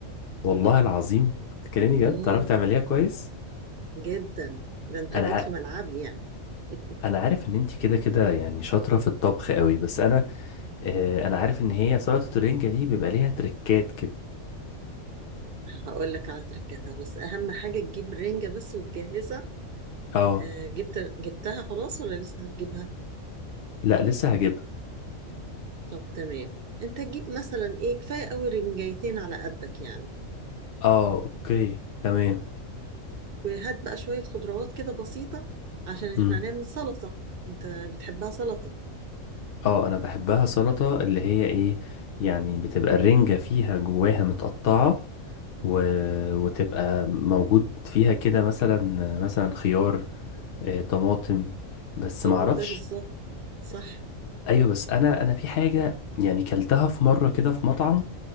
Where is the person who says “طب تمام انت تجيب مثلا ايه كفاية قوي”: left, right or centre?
Right